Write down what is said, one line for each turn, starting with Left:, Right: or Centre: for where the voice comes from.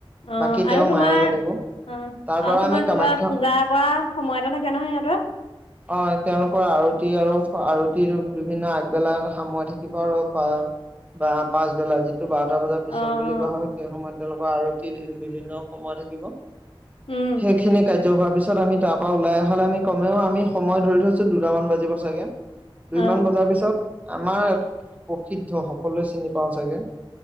Left: অ
Right: বাকী
Left: আৰু
Right: তেওঁৰ
Left: তোমাৰ
Right: মায়ে জানিব।
Left: অ
Right: তাৰ পৰা
Left: আৰু তোমাৰ
Right: আমি কামাখ্যা
Left: কিবা পূজা কৰা সময় এটা থাকে নহয় সিহঁতৰ?
Right: অ তেওঁলোকৰ আৰতি আৰু আৰতিৰ বিভিন্ন আগবেলাত সাময় থাকিব আৰু বা পাঁচ বেলা টো বাৰটা বজাৰ পিছত
Left: অ
Right: বুলি
Left: অ
Right: কোৱা হয় সেই সময়ত তেওঁলোকৰ আৰতি বিভিন্ন সময় থাকিব।
Left: উম
Right: সেইখিনি কাজ হোৱাৰ পিছত আমি তাৰ পৰা ওলাই অহালে আমি কমেও আমি সময় ধৰি থৈছো দুটামান বাজিব চাগে। দুইমান
Left: অ'।
Right: বজাৰ পিছত আমাৰ ইয় প্ৰসিদ্ধ সকলোৱে চিনি পাওঁ চাগে।